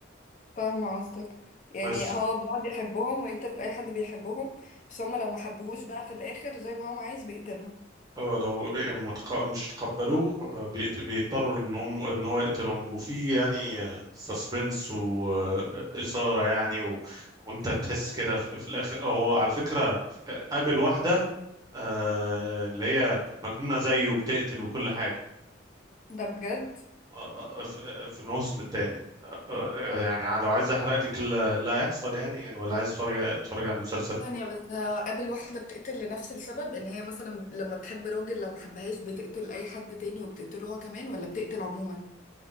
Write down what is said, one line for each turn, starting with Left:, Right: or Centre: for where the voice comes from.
Left: فاهمة قصدك يعني
Right: بس
Left: هو بيقعد يحبهم ويقتل أي حد بيحبهم بس هما لو ما حبوهوش بقى في الآخر زي ما هو عايز بيقتلهم
Right: اه لو يعني متق- مش تقبلوه آه، بيت- بيضطروا ان هم ان هو يقتلهم وفي يعني سسبنس وإثارة يعني و... وانت تحس كده في في الاخر هو على فكرة آه، قابل واحدة آه، اللي هي مجنونة زيه وبتقتل وكل حاجة
Left: ده بجد
Right: آه، آه، آه، في آه، في الموسم الثاني يعني لو عايز احرق لك اللي اللي هيحصل يعني ولا عايز تتفرج تتفرج على المسلسل
Left: ثانية بس هو قابل واحدة بتقتل لنفس السبب ان هي مثلا لما بتحب راجل لو محبهاش بتقتل اي حد تاني وبتقتله هو كمان ولا بتقتل عموما